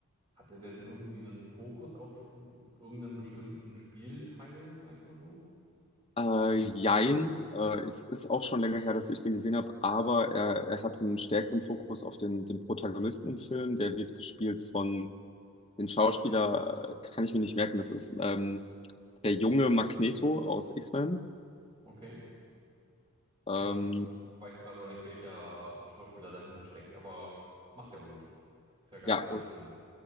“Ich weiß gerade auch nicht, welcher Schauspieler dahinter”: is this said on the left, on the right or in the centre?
Right